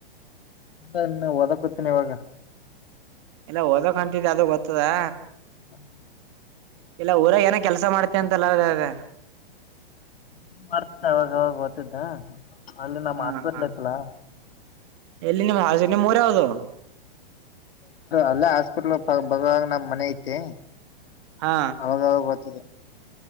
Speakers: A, on the left; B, on the right.
A: ಇಲ್ಲ ಇನ್ನ ಓದಕತೀನಿ ಇವಾಗ
B: ಇಲ್ಲ ಓದಕ್ ಹೊಂಟಿದ ಅದ ಗೊತ್ತದಾ
A: <inaudible>
B: ಇಲ್ಲ ಊರಗ ಏನೋ ಕೆಲಸ ಮಾಡ್ತೀಯ ಅಲ್ಲ ಆಗ ಆಗ
A: <unintelligible> ಅವಾಗಾವಗ ಬರ್ತಿದ್ದೆ ಅಲ್ಲಿ ನಮ್
B: ಹಾ
A: ಹಾಸ್ಪಿಟಲ್
B: ಹಾ
A: ಐತಲ್ಲ
B: ಎಲ್ಲಿ ನಿಮ್ಮ್ ಹ ನಿಮ್ ಊರು ಯಾವುದು
A: ಅಲ್ಲೇ ಹಾಸ್ಪಿಟ್ಲ್ ಪಕ್ಕದಾಗ ನಮ್ ಮನೆ ಐತೆ
B: ಹಾ
A: ಅವಾಗವಾಗ ಬರ್ತಿದೆ